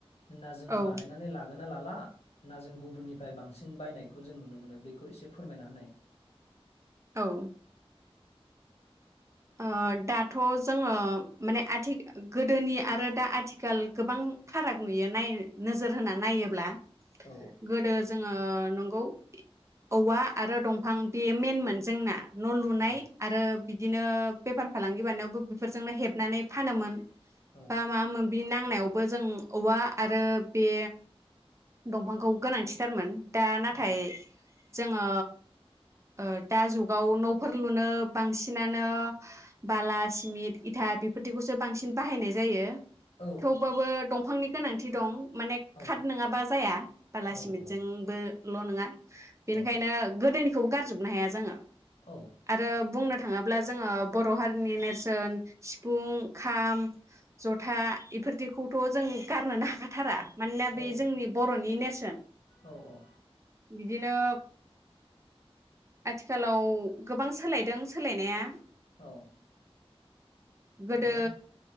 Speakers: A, on the left; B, on the right.
A: होनना जों
B: औ
A: बानायनानै लागोन ना लाला ना जों गुबुननिफ्राय बांसिन बायनायखौ जों नुनो मोनो बेखौ एसे फोरमायना होनाय।
B: औ। ओ दाथ' जोङो माने आथिखा गोदोनि आरो दा आथिखाल गोबां फाराग नुयो नाय नोजोर होनानै नायोब्ला।
A: औ
B: गोदो जोङो नंगौ औवा आरो दंफां बेयो मेनमोन जोंना। न लुनाय
A: औ
B: आरो नो बेफार फालांगि बानायनायावबो बेफोरजोंनो हेबनानै फानोमोन।
A: औ
B: <unintelligible> बे नांनायावबो जों औवा आरो बे दंफांखौ गोनांथिथारमोन। दा नाथाय
A: उम
B: जोङो ओ दा जुगाव नफोर लुनो बांसि नो बाला सिमिट इथा बेफोर थिखौसो बांसिन बाहायनाय जायो
A: औ
B: थेवबाबो दंफांनि गोनांथि दं। माने
A: औ
B: खाट नोङाबा जाया बाला
A: औ
B: सिमेटजों
A: औ
B: बो ल नोङा बेनिखायनो
A: औ
B: गोदोनि खौ गारजोबनो हाया जोङो
A: औ
B: आरो बुंनो थाङोब्ला जोङो बर' हारिनि नेरसोन सिफुं खाम जथा इफोरदि खौथ जों गारनोनो हाखाथारा मानोना
A: औ
B: बे जोंनि बर'नि नेरसोन
A: औ औ
B: बिदिनो आथिखालाव गोबां सोलायदों सोलायनाया
A: औ
B: गोदो
A: नंगौ